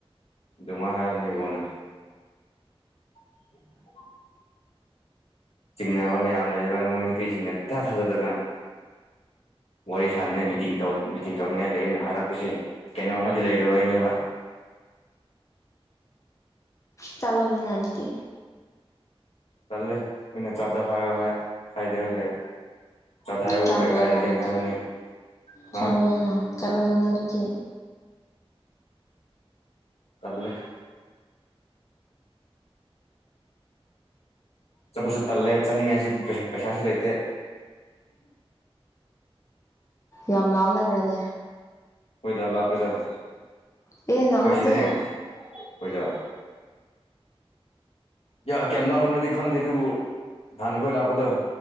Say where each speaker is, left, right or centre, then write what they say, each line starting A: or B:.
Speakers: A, on the left; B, on the left.
A: ꯑꯗꯨꯃꯥꯏ ꯍꯥꯏꯕꯅꯦ ꯃꯣꯏꯅ <inaudible> ꯆꯤꯡꯅꯕ ꯃꯌꯥꯝ ꯂꯩꯔꯀꯥꯟꯗ ꯃꯣꯏ ꯅꯨꯄꯤꯁꯤꯡꯅ ꯏꯊꯥ ꯊꯥꯖꯗꯅ ꯋꯥꯔꯤ ꯁꯥꯟꯅꯉꯥꯏ ꯃꯤꯇꯤꯡ ꯇꯧ ꯃꯤꯇꯤꯡ ꯇꯧꯋꯦ ꯇꯧꯅꯤꯡꯉꯥꯏ ꯂꯩ ꯑꯅ ꯍꯥꯏꯔꯛꯄꯁꯦ ꯀꯩꯅꯣꯝ ꯑꯃꯗꯤ ꯂꯩꯔꯕꯩꯅꯦꯕ
B: ꯆꯂꯣꯗꯅ ꯑꯗꯨꯗꯤ꯫
A: ꯇꯜꯂꯦ ꯃꯤꯅ ꯆꯥꯠꯗ ꯍꯥꯏꯌꫭ ꯍꯥꯏ ꯍꯥꯏ꯭ꯗꯔ ꯂꯩ ꯆꯥꯠꯗ ꯍꯥꯏꯌꯕꯨ
B: ꯆꯠꯂꯣꯗꯅ
A: ꯀꯩ ꯀꯥꯏꯔꯒꯦꯅ
B: ꯑꯗꯨꯗꯤ
A: ꯍꯥꯏꯕꯅꯦ ꯍꯥ
B: ꯆꯠꯂꯣꯗꯅ ꯆꯠꯂꯣꯗꯅ ꯑꯗꯨꯗꯤ
A: ꯇꯜꯂꯦ ꯆꯠꯄꯁꯨ ꯇꯜꯂꯦ ꯆꯠꯅꯤꯡꯉꯥꯏꯁꯨ ꯄꯩ ꯄꯩꯁꯥꯁꯨ ꯂꯩꯇꯦ
B: ꯌꯥꯝ ꯂꯥꯡꯅꯕ꯭ꯔꯅꯦ
A: ꯍꯣꯏꯗ ꯂꯥꯞꯔꯗ
B: ꯑꯦ ꯅꯛꯅꯗꯦ
A: ꯑꯩꯈꯣꯏ ꯁꯤꯗ ꯍꯦꯛ ꯑꯈꯣꯏꯗ ꯀꯌꯥ ꯀꯌꯥꯝ ꯂꯥꯞꯕꯅꯣꯗꯤ ꯈꯪꯗꯦ ꯑꯗꯨꯕꯨ ꯍꯥꯟꯅ ꯈꯣꯏ ꯂꯥꯛꯄꯗꫭ